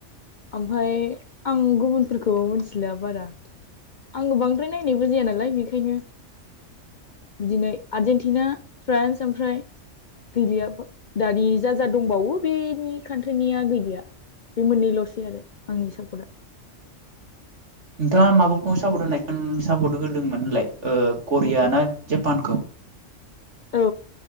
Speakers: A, on the left; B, on the right.
A: ओमफ्राय आं गुबुनफोरखौ मोनथिला बारा। आङो बांद्राय नायनायबो जाया नालाय बेखायनो बिदिनो आर्जेनटिना फ्रान्स ओमफ्राय गैलिया दानि जाजा दंबावो बेनि कान्ट्रिनिया गैलिया। बे मोननैल'सै आरो आंनि सापर्ट आ
B: नोंथाङा माबाखौ सापर्ट होनायखौ सापर्ट होदोंमोन होनलाय करिया ना जापानखौ
A: औ